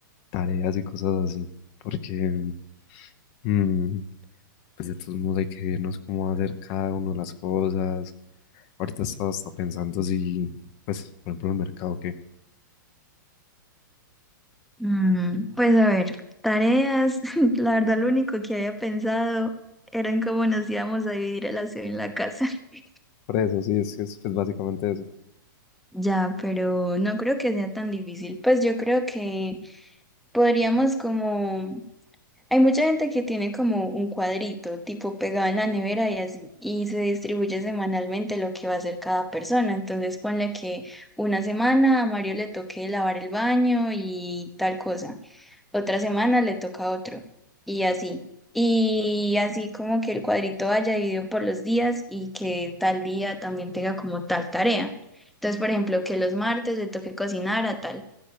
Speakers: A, on the left; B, in the centre.
A: tareas y cosas así? Porque, mm, pues de todos modos hay que vernos cómo va a hacer cada uno las cosas. Ahorita estaba hasta pensando si, pues, por ejemplo, el mercado, ¿qué?
B: Mm, pues a ver, tareas, <laughs> la verdad lo único que había pensado era en cómo nos íbamos a dividir el aseo en la casa. <laughs>
A: Por eso, sí, es que es pues, básicamente eso.
B: Ya, pero no creo que sea tan difícil. Pues yo creo que podríamos como Hay mucha gente que tiene como un cuadrito, tipo pegado en la nevera y así, y se distribuye semanalmente lo que va a hacer cada persona. Entonces, ponle que una semana a Mario le toque lavar el baño y tal cosa, otra semana le toca a otro, y así. Y así como que el cuadrito vaya dividido por los días y que tal día también tenga como tal tarea. Entonces, por ejemplo, que los martes le toque cocinar a tal,